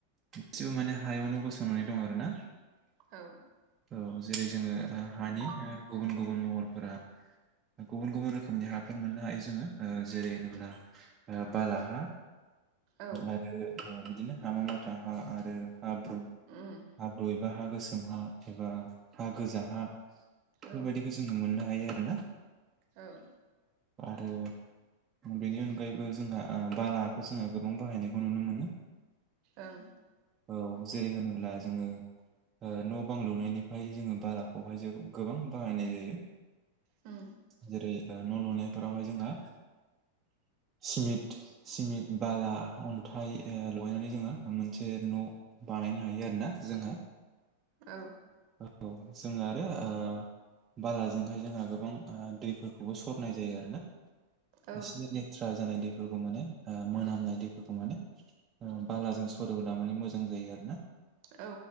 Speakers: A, on the right (about 25°); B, on the right (about 45°).
A: गासिबो माने हायावनो गसंनानै दं आरो ना
B: औ
A: औ जेरै जोंङो हानि ओ गुबुन गुबुन गुबुन महरफोरा गुबुन गुबुन रोखोमनि हाफोर मोननो हायो जोंङो जेरै होनोब्ला ओ बालाहा
B: औ
A: आरो बिदिनो हामा माथा हा आरो हाब्रु
B: उम
A: हाब्रु एबा हा गोसोम हा एबा हा गोजा हा बेफोरबायदिखौ
B: औ
A: जोंङो मोननो हायो आरो ना
B: औ
A: आरो बेनि अनगायैबो जोंहा ओ बालाहाखौ जोंङो गोबां बाहायनायखौ नुनो मोनो
B: ओं
A: औ जेरै होनोब्ला जोंङो ओ न' बां लुनायनिफ्राय जोंङो बालाखौहाय जों गोबां बाहायनाय जायो।
B: उम
A: जेरै ओ न' लुनायफोरावहाय जोंहा सिमिट सिमिट बाला अन्थाइ ओ लगायनानै जोंङो मोनसे न' बानायनो हायो आरोना जोंहा
B: औ
A: औ जों आरो ओ बालाजोंहाय जोंहा गोबां ओ दैफोरखौबो सरनाय जायो आरोना
B: औ
A: एसे लेथ्रा जानाय दैखौ दैफोरखौ माने ओ मोनामनाय दैफोरखौ माने बालाजों सरोब्ला माने मोजां जायो आरो ना।
B: औ